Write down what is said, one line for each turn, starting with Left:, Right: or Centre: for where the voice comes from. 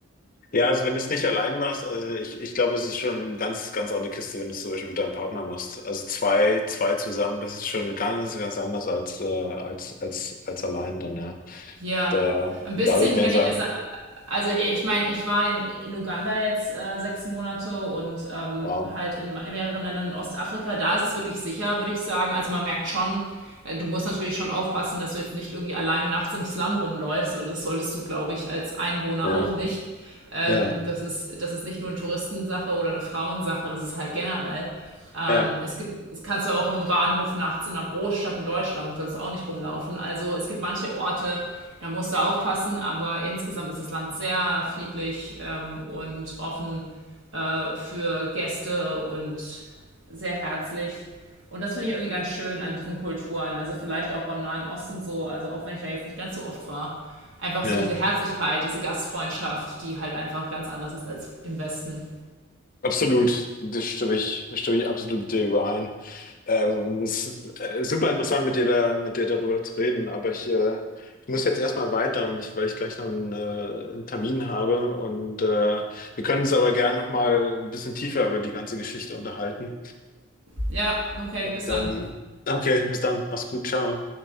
Left: Ja, also wenn du es nicht allein machst, also ich, ich glaube, es ist schon eine ganz, ganz andere Kiste, wenn du es zum Beispiel mit deinem Partner machst. Also zwei, zwei zusammen, das ist schon ganz, ganz anders als, äh, als, als, als allein dann, ja.
Right: Ja,
Left: Da,
Right: ein
Left: da
Right: bisschen
Left: habe ich mir
Right: kenne
Left: sagen,
Right: ich das. Also e, ich meine, ich war in, in Uganda jetzt äh, sechs Monate und ähm,
Left: wow.
Right: halt in ma- mehreren Ländern in Ostafrika. Da ist es wirklich sicher, würde ich sagen. Also man merkt schon, äh, du musst natürlich schon aufpassen, dass du jetzt nicht irgendwie alleine nachts im Slum rumläufst. Oder das solltest du, glaube ich, als Einwohner
Left: Ja,
Right: auch nicht. Ähm,
Left: ja,
Right: das ist, das ist nicht nur eine Touristensache oder eine Frauensache, das ist halt generell. Ähm,
Left: ja,
Right: es gibt, es kannst du auch im Bahnhof nachts in einer Großstadt in Deutschland, sollst du auch nicht rumlaufen. Also es gibt manche Orte, da musst du aufpassen, aber insgesamt ist das Land sehr friedlich ähm, und offen äh, für Gäste und sehr herzlich. Und das finde ich irgendwie ganz schön an diesen Kulturen. Also vielleicht auch am Nahen Osten so, also auch wenn ich da jetzt nicht ganz so oft war. Einfach
Left: ja.
Right: so diese Herzlichkeit, diese Gastfreundschaft, die halt einfach ganz anders ist als im Westen.
Left: Absolut. Das stimme ich, stimme ich absolut mit dir überein. Ähm, es ist äh, super interessant, mit dir da, mit dir darüber zu reden, aber ich, äh, ich muss jetzt erstmal weiter und ich, weil ich gleich noch einen, äh, einen Termin habe und äh, wir können uns aber gern nochmal ein bisschen tiefer über die ganze Geschichte unterhalten.
Right: Ja, okay, bis
Left: Dann,
Right: dann.
Left: okay, bis dann, mach's gut, ciao.